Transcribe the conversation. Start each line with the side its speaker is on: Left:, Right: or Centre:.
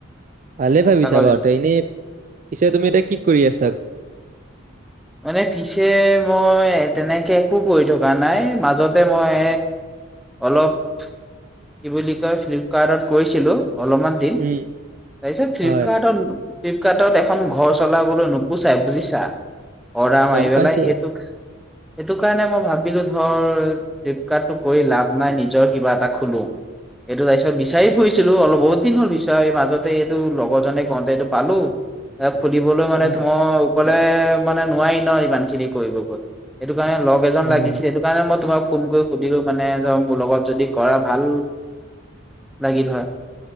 Right: ভালে ভাবিছা
Centre: ছাগলী
Right: বাৰু ত, এনেই পিছে তুমি এতিয়া কি কৰি আছা?
Centre: মানে ফিছে মই তেনেকে একো কৰি থকা নাই, মাজতে মই। অলপ, কি বুলি কয় ফ্লিপকাৰ্টত কৰিছিলোঁ। অলপমান দিন,
Right: উম
Centre: তাৰপিছত ফ্লিপকাৰ্ট।
Right: হয়
Centre: ফ্লিপকাৰ্টত এখন ঘৰ চলাবলৈ নুপুচাই বুজিছা। অৰডাৰ মাৰি
Right: গম
Centre: পেলাই
Right: পাইছো
Centre: সেইটোক <unintelligible> সেইটো কাৰণে মই ভাবিলো ধৰ ফ্লিপকাৰ্টটো কৰি লাভ নাই, নিজৰ কিবা এটা খোলো। এইটো তাৰপিছত বিচাৰি ফুৰিছিলো অলপ বহুত দিন হ'ল বিচাৰা, এই মাজতে এইটো লগৰ জনে কওঁতে এইটো পালো। এ খুলিবলৈ মানে
Right: অ
Centre: ত মই অকলে মানে নোৱাৰি ন ইমান খিনি কৰিব গৈ, এটো স কাৰণে লগ এজন
Right: উম
Centre: লাগিছিল, সেইটো কাৰণে মই তোমাক ফোন কৰি সুধিলো, মানে যে মোৰ লগত যদি কৰা ভাল লাগিল হয়।